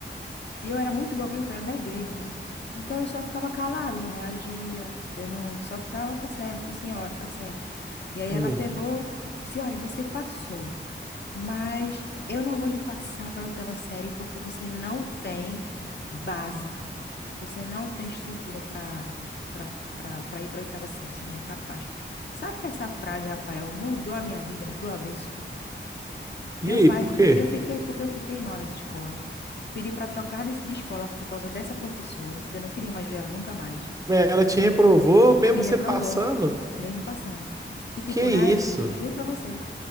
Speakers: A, on the left (about 55°); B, on the right (about 15°).
A: E eu era muito bobinha, porque eu era da igreja, né? Então eu só ficava calada, eu não reagia, eu não, só ficava, tá certo, sim, senhora, tá certo. E aí
B: Hum.
A: ela pegou, disse, olha, você passou, mas eu não vou lhe passar para a oitava série porque você não tem base, você não tem estrutura para para para ir para a oitava série, você não é capaz. Sabe que essa frase, Rafael, mudou a minha vida do avesso? Meu
B: E aí,
A: pai,
B: por quê?
A: eu fiquei porque eu fiquei mal nessa escola. Pedi para trocar de de escola por causa dessa professora, porque eu não queria mais ver ela nunca mais.
B: Ela te reprovou mesmo
A: Me reprovou,
B: você passando?
A: mesmo passando. E tipo,
B: Que
A: né?
B: isso?
A: Juro para você.